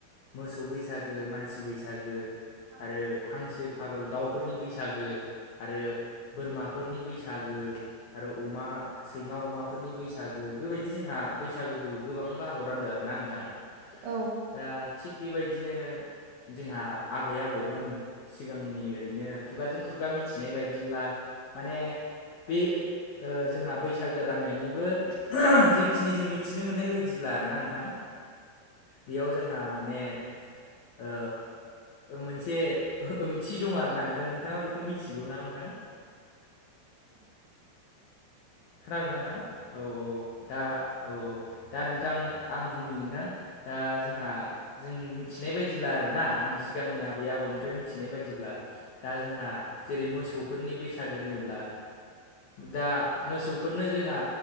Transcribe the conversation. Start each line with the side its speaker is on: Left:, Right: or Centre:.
Left: मोसौ बैसागो, मानसि बैसागो
Right: औ
Left: आरो हांसो, फारौ, दाउफोरनि बैसागो आरो बोरमाफोरनि बैसागो आरो अमा, सैमा, अमाफोरनि बैसागो सागो बेबायदि जोंहा बैसागोखौ गोबां बाहागोआव रानदों आरोना नोंथां।
Right: औ।
Left: ओ दा थिग बेबायदिनो जोंहा आबै आबौमोन सि जोंनि ओरैनो खुगाजों खुगा मिथिनाय बाय <unintelligible> दिब्ला माने बे ओ जोंहा बैसागो राननायनिबो <unintelligible> जिखिनि जों मिथिनो मोननाय बायदिब्ला आरोना नोंथां। बेयाव जोंहा माने ओ मोनसे ओंथि दं आरो ना नोंथां नोंथाङा बेखौ मिथिगौ ना नोंथां
Right: <inaudible>
Left: खोनादों ना नोंथां औ औ दा औ औ दा नोंथां आं बुंनि नोंथां दा जोंहा जों मिथिनाय बायदिब्ला आर ना आं सिगांनि आबै आबौनिफ्राय मिथि मिथिनाय बायदिब्ला दा जोंहा जेरै मोसौफोरनि बैसागो होनोब्ला दा मोसौफोरनो जोंहा